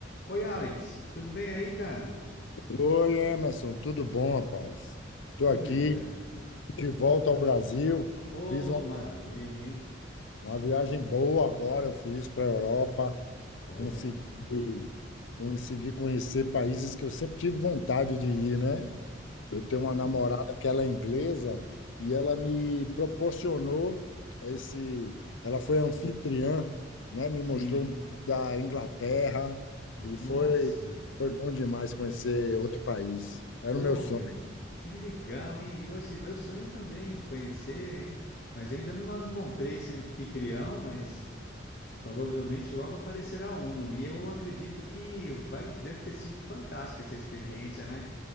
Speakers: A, on the left; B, on the left.
A: Oi, Alex, tudo bem aí, cara?
B: Oi, Emerson, tudo bom, rapaz? Estou
A: Tudo
B: aqui
A: já.
B: de volta ao Brasil.
A: Ô,
B: Fiz uma,
A: maravilha, hein?
B: uma viagem boa agora, eu fiz para a Europa.
A: Olha,
B: Consegui, consegui conhecer países que eu sempre tive vontade de ir, né? Eu tenho uma
A: pô,
B: namorada que ela é inglesa e ela me proporcionou esse. Ela foi anfitriã, né? Me
A: sim,
B: mostrou um pouco da Inglaterra
A: nossa,
B: e foi, foi bom demais conhecer outro país. Era
A: pô,
B: o meu sonho.
A: meu, que legal, hein? E, assim, meu sonho também de conhecer, hein? Mas eu ainda não encontrei esse anfitrião, mas provavelmente logo aparecerá um. E eu acredito que vai, deve ter sido fantástica essa experiência, né?